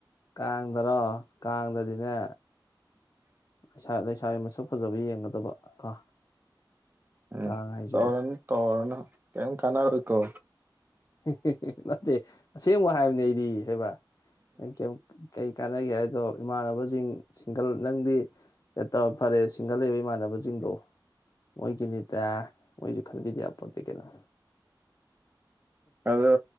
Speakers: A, on the left; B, on the right.
A: ꯀꯥꯡꯗꯔꯣ ꯀꯥꯡꯗꯗꯤꯅꯦ ꯂꯩꯁꯥ ꯂꯩꯁꯥꯕꯤ ꯃꯁꯛ ꯐꯖꯕ ꯌꯦꯡꯒꯗꯕ ꯀꯣ
B: ꯎꯝ
A: ꯀꯥꯡ ꯍꯥꯏꯁꯤꯗꯤ
B: ꯇꯧꯔꯅꯤ ꯇꯧꯔꯣꯅꯣ ꯀꯦꯝ ꯀꯥꯟꯅꯔꯣꯏꯀꯣ
A: ꯍꯦ ꯍꯦ ꯍꯦ ꯅꯠꯇꯦ ꯑꯁꯦꯡꯕ ꯍꯥꯏꯕꯅꯤ ꯑꯩꯗꯤ ꯍꯥꯏꯕ ꯅꯪ ꯀꯦꯝ ꯀꯩ ꯀꯥꯅ ꯈꯥꯟꯅꯒꯦ ꯍꯥꯏꯗꯣ ꯏꯃꯥꯟꯅꯕꯁꯤꯡ ꯁꯤꯡꯒꯜ ꯅꯪꯗꯤ ꯇꯧꯔ ꯐꯔꯦ ꯁꯤꯡꯒꯜ ꯂꯩꯕ ꯏꯃꯥꯟꯅꯕꯁꯤꯡꯗꯣ
B: <inaudible>
A: ꯃꯣꯏꯒꯤꯅꯤꯗ ꯃꯣꯏꯁꯨ ꯈꯟꯕꯤꯗ ꯌꯥꯄꯣꯠꯇꯦ ꯀꯩꯅꯣ
B: ꯑꯗ